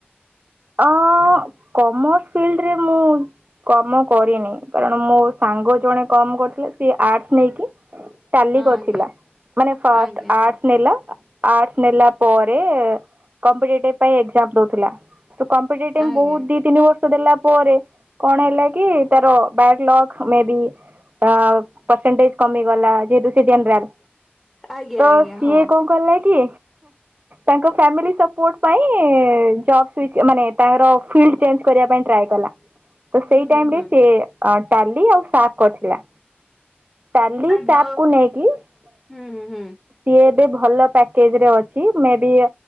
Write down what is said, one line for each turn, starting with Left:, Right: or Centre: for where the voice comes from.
Right: ଅଁ କମର୍ସ ଫିଲ୍ଡରେ ମୁଁ - କାମ କରିନି କାରଣ ମୋ ସାଙ୍ଗ ଜଣେ କମର କରିୁଥିଲା ସିଏ ଆର୍ଟସ ନେଇକି। ଟାଲି
Centre: ହଁ
Right: କରିଥିଲା
Centre: ଆଜ୍ଞା
Right: ମାନେ ଫାଷ୍ଟ
Centre: ଆଜ୍ଞା
Right: ଆର୍ଟସ
Centre: ହଁ
Right: ନେଲା ଆର୍ଟସ ନେଲା ପରେ କମ୍ପିଟେଟିଭ ପାଇଁ ଏକ୍ଜାମ ଦଉଥିଲା। କମ୍ପିଟେଟିଭ
Centre: ଆଜ୍ଞା
Right: ବହୁତ ଦିତିନି ବର୍ଷ ଦେଲା ପରେ କଣ ହେଲା କି ତାର ବ୍ୟାଡଲକ୍ ମେ ବି ତା ପରସେଣ୍ଟେଜ କମି ଗଲା ଯେ ହେତୁ ସେ ଜେନରାଲ।
Centre: ଆଜ୍ଞା
Right: ତ
Centre: ଆଜ୍ଞା
Right: ସିଏ
Centre: ହଁ।
Right: କଣ କଲା କି। ତାଙ୍କ ଫାମିଲି ସତେ ପାଇଁ ଜବ ମାନେ ତାର ଫିଲ୍ଡ ଚେଞ୍ଜ କରିବା ପାଇଁ ଟ୍ରାଏ କଲା ତ
Centre: ହୁଁ
Right: ସେଇ ଟାଇମରେ
Centre: ହୁଁ ହୁଁ
Right: ସେ ଅ ଟାଲି ଆଉ ସାକ୍ କରିଥିଲା। ଟାଲି
Centre: ଆଜ୍ଞା
Right: ସାପ
Centre: ଓ
Right: କୁ ନେଇକି ସିଏ
Centre: ହୁଁ ହୁଁ ହୁଁ
Right: ଏବେ ଭଲ ପ୍ୟାକେଜ ରେ ଅଛି ମେ ବି